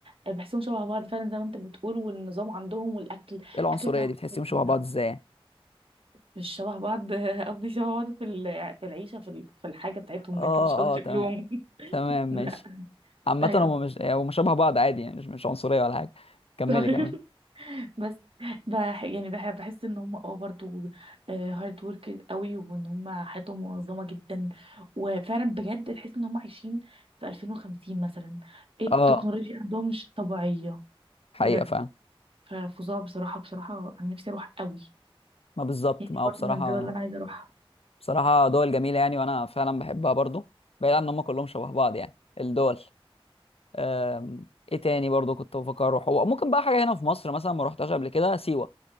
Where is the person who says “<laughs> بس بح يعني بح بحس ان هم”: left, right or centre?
Right